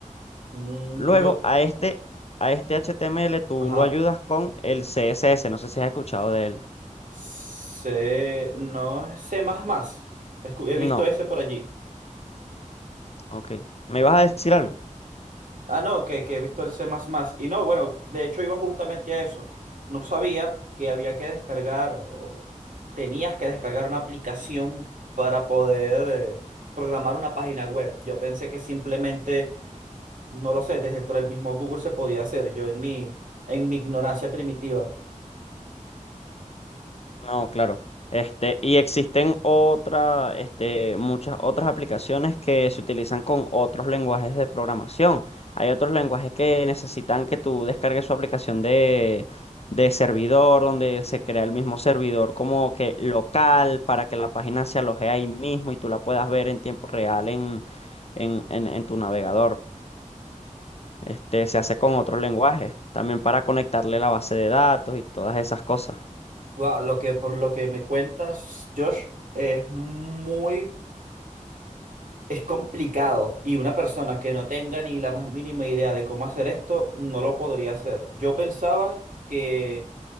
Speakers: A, on the right; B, on the left.
A: mm,
B: Luego
A: yo,
B: a este, a este HTML tú
A: ajá.
B: lo ayudas con el CSS, no sé si has escuchado de él.
A: Sé, no es C++. Escu- He
B: No,
A: visto ese por allí.
B: ok. ¿Me ibas a decir algo?
A: Ah, no, que, que he visto el C++. Y no, bueno, de hecho iba justamente a eso. No sabía que había que descargar o tenías que descargar una aplicación para poder eh, programar una página web. Yo pensé que simplemente, no lo sé, desde dentro del mismo Google se podía hacer. Yo en mi, en mi ignorancia primitiva.
B: No, claro. Este, y existen otra, este, muchas otras aplicaciones que se utilizan con otros lenguajes de programación. Hay otros lenguajes que necesitan que tú descargues su aplicación de, de servidor, donde se crea el mismo servidor como que local para que la página se aloje ahí mismo y tú la puedas ver en tiempo real en, en, en, en tu navegador. Este, se hace con otros lenguajes, también para conectarle la base de datos y todas esas cosas.
A: Guau, lo que, por lo que me cuentas, Josh, es muy Es complicado y una persona que no tenga ni la más mínima idea de cómo hacer esto no lo podría hacer. Yo pensaba que,